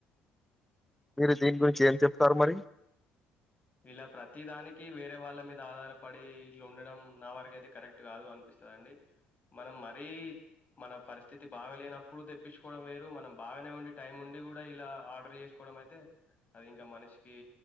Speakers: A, in the centre; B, on the left.
A: మీరు దీని గురించి ఏం చెప్తారు మరీ
B: ఇలా ప్రతి దానికి వేరే వాళ్ళ మీద ఆధారపడి ఇట్లా ఉండడం నా వారికయితే కరెక్ట్ కాదు అనిపిస్తదీ అండి. మనం మరీ మన పరిస్థితి బాగాలేనప్పుడు తెప్పించుకోవడం వేరు మనం బాగానే ఉండి టైం ఉండి కూడా ఇలా ఆర్డర్ చేసుకోవడం అయితే అది ఇంకా మనిషికి